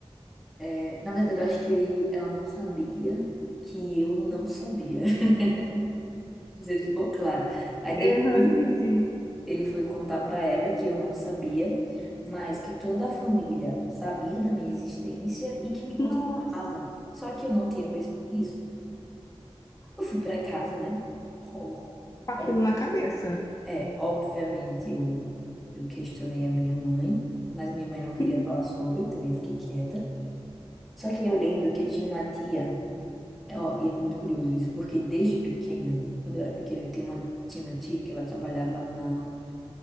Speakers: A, in the centre; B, on the left.
A: É, na verdade, eu acho que ele- ela não sabia que eu não sabia. <laughs> Não sei se ficou claro. Aí depois
B: Aham, entendi.
A: ele foi contar pra ela que eu não sabia, mas que toda a família sabia da minha existência e que me consultava
B: Nossa.
A: Só que eu não tinha conhecimento disso. Eu fui pra casa, né? Ó,
B: com aquilo
A: ó,
B: na cabeça.
A: é, obviamente eu, eu questionei a minha mãe, mas minha mãe não queria
B: Uhum.
A: falar sobre, também fiquei quieta. Só que eu lembro que eu tinha uma tia. É, ó, e é muito curioso isso, porque desde pequena, quando eu era pequena, eu tinha uma, tinha uma tia que ela trabalhava na.